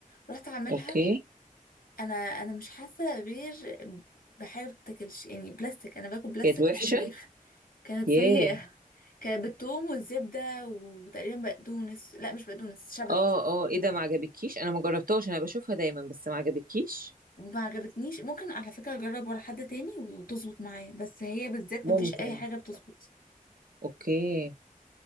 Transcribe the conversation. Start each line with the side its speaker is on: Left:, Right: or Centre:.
Left: رحت اعملها
Right: اوكي
Left: انا انا مش حاسه غير بحاجه ما بتاكلش يعني بلاستيك انا باكل بلاستيك
Right: كانت وحشة
Left: مش فراخ كانت
Right: ياه
Left: سيئه كانت بالثوم والزبده وتقريبا بقدونس لا مش بقدونس شبت
Right: اه اه ايه ده ما عجبكيش انا ما جربتهاش انا بشوفها دايما بس ما عجبكيش
Left: ما عجبتنيش ممكن على فكرة اجرب ورا حد تاني وتظبط معايا بس هي بالذات
Right: ممكن
Left: مفيش اي حاجة بتظبط
Right: اوكي